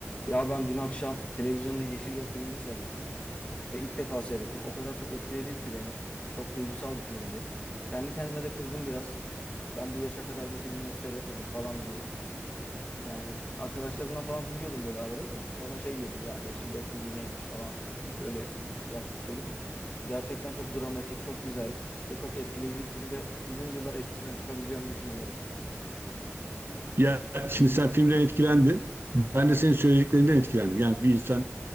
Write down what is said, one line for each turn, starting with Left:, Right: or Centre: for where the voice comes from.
Left: Ya ben dün akşam televizyonda Yeşil Yol filmini seyrettim ve ilk defa seyrettim. O kadar çok etkiledi ki beni. Çok duygusal bir filmdi. Kendi kendime de kızdım biraz. Ben bu yaşa kadar bu filmi nasıl seyretmedim falan diye. Yani arkadaşlarımdan falan duyuyordum böyle arada da. Sonra şey diyordum ya Yeşil Yol filmi neymiş falan böyle yaklaşıyordum. Gerçekten çok dramatik, çok güzel ve çok etkileyici bir film ve uzun yıllar etkisinden çıkabileceğimi düşünmüyorum.
Right: Ya şimdi sen filmden etkilendin. Ben de senin söylediklerinden etkilendim. Yani bir insan